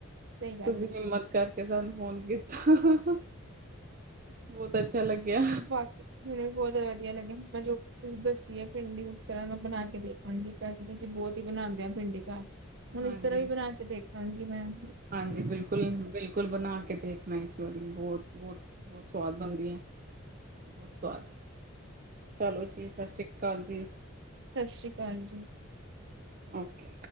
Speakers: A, on the right (about 60°); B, on the right (about 40°).
A: ਸਹੀ ਗੱਲ
B: ਤੁਸੀਂ
A: ਹੈ
B: ਹਿੰਮਤ ਕਰ ਤੇ ਸਾਨੂੰ ਫੋਨ ਕੀਤਾ। ਬਹੁਤ ਅੱਛਾ ਲੱਗਿਆ
A: ਬਾਕੀ ਮੈਨੂੰ ਵੀ ਬੌਤ ਵਧੀਆ ਲੱਗਿਆ। ਮੈਂ ਜੋ ਵੀ ਤੁਸੀਂ ਦੱਸੀ ਐ ਭਿੰਡੀ ਉਸ ਤਰ੍ਹਾਂ ਮੈਂ ਬਣਾ ਕੇ ਦੇਖਾਂਗੀ ਵੈਸੇ ਵੀ ਅਸੀ ਬੌਤ ਬਣਾਦੇ ਆ ਭਿੰਡੀ ਤਾਂ ਹੁਣ
B: ਹਾਂਜੀ
A: ਇਸ ਤਰ੍ਹਾਂ ਵੀ ਬਣਾ ਕੇ ਦੇਖ ਹਾਂਜੀ, ਮੈਮ।
B: ਹਾਂਜੀ, ਬਿਲਕੁਲ, ਬਿਲਕੁਲ ਬਣਾ ਕੇ ਦੇਖਣਾ ਇਸ ਬਹੁਤ -ਬਹੁਤ, ਬਹੁਤ ਸਵਾਦ ਬੰਦੀਆਂ ਏ, ਬਹੁਤ ਸਵਾਦ, ਚਲੋ ਜੀ ਸਤਿ ਸ਼੍ਰੀ ਅਕਾਲ ਜੀ
A: ਸਤਿ ਸ਼੍ਰੀ ਅਕਾਲ ਜੀ
B: ਓਕੇ।